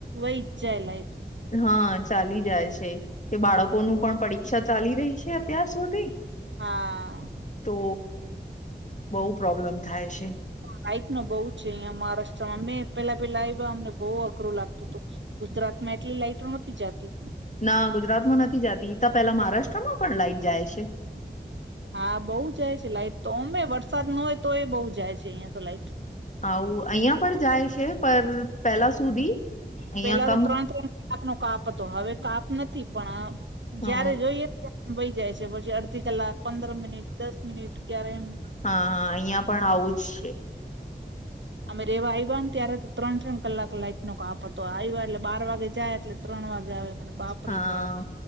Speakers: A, on the right; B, on the left.
A: વઈ જાય લાઈટ
B: હા ચાલી જાય છે. કે બાળકોનું પણ પરીક્ષા ચાલી રહી છે અત્યાર સુધી
A: હા.
B: તો બઉ પ્રોબ્લેમ થાય છે.
A: લાઈટ નો બહુ છે અહીંયા મહારાષ્ટ્રમાં અમે પેલા પેલા આયવા અમને બહુ અઘરું લાગતું હતું. ગુજરાત માં એટલી લાઇટો નોતી જાતી.
B: ના ગુજરાતમાં નથી જાતી ત પેલા મહારાષ્ટ્રમાં પણ લાઈટ જાય છે.
A: હા બહુ જાય છે લાઈટ તો ઓમે વરસાદ નો હોય તો એ બહુ જાય છે અહિયાં તો લાઈટ.
B: આવું અહિયાં પણ જાય છે પર પેલા સુધી. અહિયાં
A: પેલા
B: કમ
A: તો ત્રણ ત્રણ કલાક નો કાપ હતો હવે કાપ નથી પણ જયારે
B: અ
A: જોઈએ વહી જાય છે પછી અડધી કલાક પંદર મિનિટ દસ મિનિટ ક્યારે એમ.
B: હા અહિયાં પણ આવું જ છે.
A: અમે રેવા આવ્યા ને ત્યારે તો ત્રણ ત્રણ કલાક લાઈટનો કાપ હતો. આવ્યા એટલે બાર વાગે જાય એટલે ત્રણ વાગે આવે. બાપરે
B: હા
A: બાપ